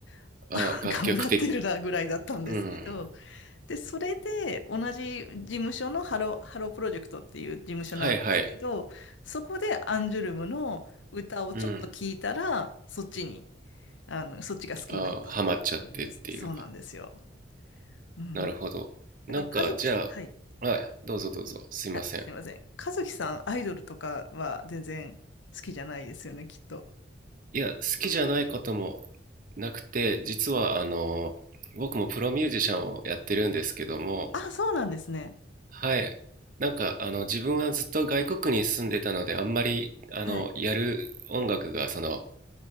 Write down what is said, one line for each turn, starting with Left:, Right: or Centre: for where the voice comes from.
Left: <laughs>
Right: ああ、
Left: あ頑張ってるなぐらいだったんですけど、
Right: 楽曲的。うん。
Left: で、それで同じ事務所のハロー、ハロープロジェクトっていう事務所なんですけど、
Right: はいはい。
Left: そこでアンジュルムの歌をちょっと聴いたら、
Right: うん。
Left: そっちに、あの、そっちが好きになったっていう感じです。
Right: ああ、ハマっちゃってっていうか。
Left: そうなんですよ。うん。
Right: なるほど。
Left: なんから、
Right: なんか、
Left: 和樹、
Right: じゃ
Left: はい。
Right: あ、はい、どうぞどうぞ。すいません。
Left: あ、すいません。和樹さん、アイドルとかは全然好きじゃないですよね、きっと。
Right: いや、好きじゃないこともなくて、実は、あの、僕もプロミュージシャンをやってるんですけども、
Left: あ、そうなんですね。
Right: はい。なんか、あの、自分はずっと外国に住んでたので、あんまり、あの、
Left: はい。
Right: やる音楽が、その、